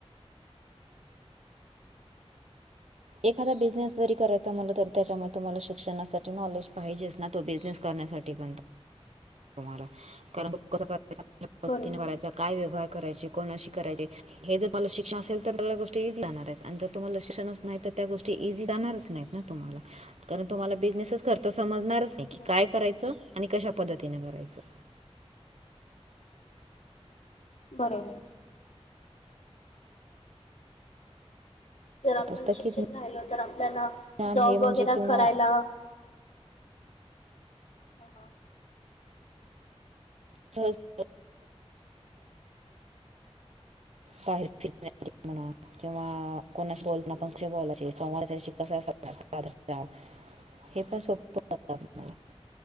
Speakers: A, on the right; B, on the left.
A: एखादा बिझनेस जरी करायचा म्हटलं तरी त्याच्यामध्ये तुम्हाला शिक्षणासाठी नॉलेज पाहिजेच ना तो बिझनेस करण्यासाठी पण तुम्हाला कारण कसं करायच
B: बरोबर
A: पद्धतीने करायचा काय व्यवहार करायचे कोणाशी करायचे हे जर तुम्हाला शिक्षण असेल तर सगळ्या गोष्टी इझी जाणार आहेत आणि जर तुम्हाला शिक्षणच नाही तर त्या गोष्टी इझी जाणारच नाहीत ना. तुम्हाला कारण तुम्हाला बिझनेसच करता समजणारच की
B: बरोबर
A: काय करायचं आणि कशा पद्धतीन करायचं.
B: बरोबर जर आपण
A: पुस्तकी
B: शिक्षित राहिलो तर, आपल्याला
A: ज्ञान
B: जॉब
A: हे म्हणजे
B: वगेरा
A: किंवा
B: करायला हा हा.
A: स <unintelligible> बाहेर फिरण्यासाठी म्हंना. किंवा कोणाशी बोल ना पण बोलायचे समोरच्याशी कसा संवाद साधायचा? हे पण सोप वाटतं आपल्याला